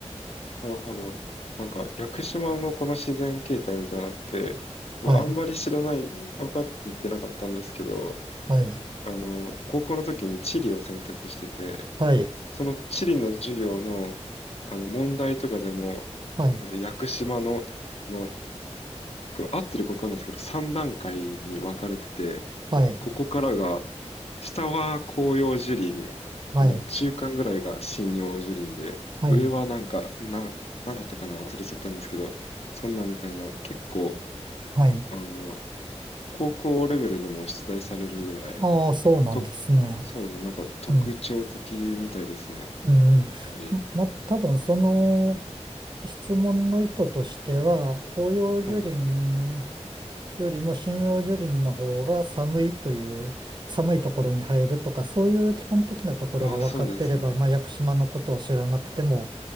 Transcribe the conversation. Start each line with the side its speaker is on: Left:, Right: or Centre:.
Left: なるほど。なんか、屋久島のこの自然形態みたいなのって、僕あんまり知らない、
Right: はい。
Left: 分かってなかったんですけど、
Right: はい、
Left: あの、高校の時に地理を選択してて、
Right: はい、
Left: その地理の授業の、あの、問題とかでも、
Right: はい、
Left: なんで屋久島の、この、これ合ってるか分かんないですけど、3段階に分かれてて、
Right: はい、
Left: ここからが、下は広葉樹林、
Right: はい、
Left: この中間ぐらいが針葉樹林で、
Right: はい、
Left: 上はなんか、なん、なんだったかな、忘れちゃったんですけど、そんなみたいな、結構、
Right: はい。
Left: あの、高校レベルでも出題されるぐらい、
Right: ああ、そうなんですね。
Left: と、そうですね、なんか特徴的みたいですね、
Right: うん、うん。
Left: やっぱり。
Right: ま、ま多分その質問の意図としては、紅葉樹林
Left: はい。
Right: よりも針葉樹林の方が寒いという、寒いところに入るとか、そういう基本的なところが分かってれば、
Left: あ、そうですね。
Right: まあ、屋久島のことを知らなくても、